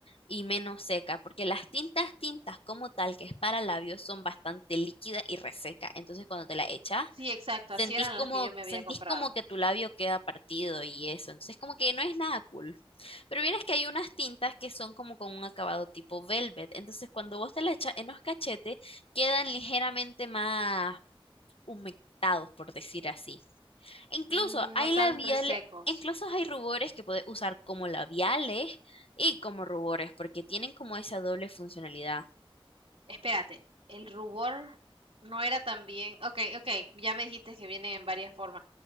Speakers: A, on the left (about 70°); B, on the right (about 75°).
A: y menos secas, porque las tintas, tintas como tal, que es para labios, son bastante líquidas y reseca, Entonces cuando te la echas,
B: Sí, exacto,
A: sentís
B: así eran
A: como,
B: las que yo me
A: sentís
B: había comprado.
A: como que tu labio queda partido y eso. Entonces como que no es nada cool. Pero vieras que hay unas tintas que son como con un acabado tipo velvet. Entonces cuando vos te la echas en los cachetes, quedan ligeramente más humectados, por decir así. Incluso
B: Mm,
A: hay
B: no tan
A: labiales,
B: resecos.
A: incluso hay rubores que puedes usar como labiales y como rubores, porque tienen como esa doble funcionalidad.
B: Espérate, el rubor no era tan bien. Ok, ok, ya me dijiste que viene en varias formas.